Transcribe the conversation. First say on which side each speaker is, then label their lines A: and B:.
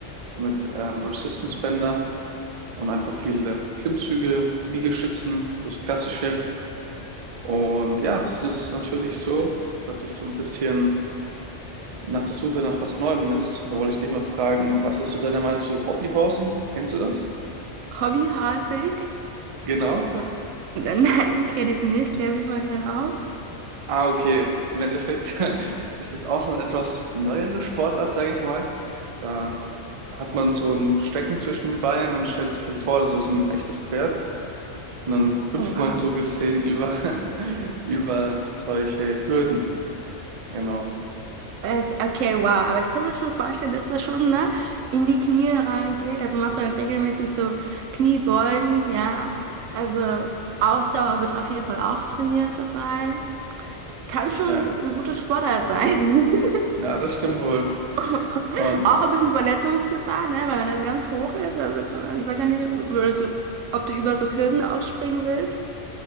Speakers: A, on the right; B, on the right.
A: mit ähm, Resistance Bänder und einfach viele Klimmzüge, Liegestützen, das Klassische. Und ja, es ist natürlich so, dass ich so ein bisschen nach der Suche nach was Neuem ist. Da wollte ich dich mal fragen, was ist so deine Meinung zu Hobbyhorsing? Kennst du das?
B: Hobbyhorsing?
A: Genau.
B: <laughs> Nein, kenne ich nicht. Klär mich mal gerne auf.
A: Ah, okay. Im Endeffekt <laughs> ist es auch so eine etwas neuere Sportart, sage ich mal. Da hat man so ein Stecken zwischen den Beinen und stellt sich halt vor, das ist ein echtes Pferd. Und dann hüpft
B: Oh, wow.
A: man so gesehen über, <laughs> über solche Hürden. Genau.
B: Es- Okay, wow. Aber ich kann mir schon vorstellen, dass das schon, ne, in die Knie reingeht. Also machst du dann regelmäßig so Kniebeugen, ja. Also Ausdauer wird auf jeden Fall auch trainiert dabei. Kann schon
A: Ja,
B: ein guter Sportart sein. <laughs>
A: ja, das stimmt wohl.
B: <laughs>
A: Und
B: Auch ein bisschen Verletzungsgefahr, ne? Weil wenn das ganz hoch ist, aber- also ich weiß ja nicht, ob, oder so, ob du über so Hürden auch springen willst.